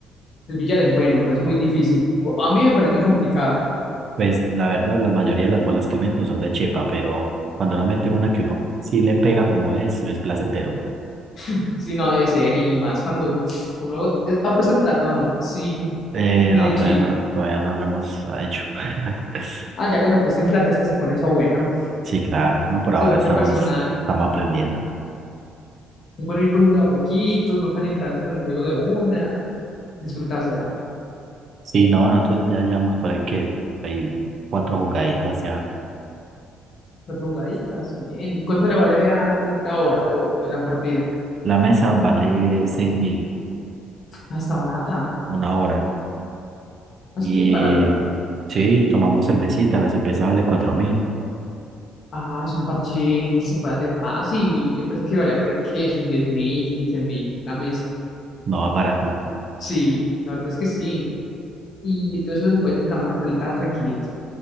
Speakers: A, on the left (about 45°); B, on the right (about 40°).
A: El billar es bueno, pero es muy difícil. O- A mí me parece muy complicado,
B: Pues la verdad, la mayoría de las bolas que meto son de chepa, pero cuando uno mete una que uno sí le pega como es, es placentero.
A: <laughs> si no debe ser, y más cuando uno eh, apuesta en plata o no, sí,
B: Eh,
A: de
B: no,
A: chill.
B: todavía no, todavía no lo hemos hecho. <laughs>
A: Ah, ya cuando apuesta en plata es que se pone eso bueno,
B: Sí, claro, no, por
A: se
B: ahora
A: vuelve
B: estamos,
A: personal.
B: estamos aprendiendo.
A: Es bueno ir cogiendo de a poquitos, no calentarse con el juego de una, disfrutársela.
B: Sí, no, nosotros ya llevamos por ahí que hay cuatro jugaditas ya.
A: Cuatro jugaditas, bien. ¿Y cuánto le vale a- la hora o la partida?
B: La mesa vale seis mil
A: Ah, está barata.
B: una hora.
A: Ah, está
B: Y
A: muy barato.
B: sí, tomamos cervecita, la cerveza vale cuatro mil,
A: Ah, es un parche que se puede hacer fácil. Yo pensé que valía por ahí, ¿qué? Sus 10 mil, 15 mil la mesa.
B: no es barato.
A: Sí, la verdad es que sí. Y entonces uno se puede disfrutar más polita tranquilito.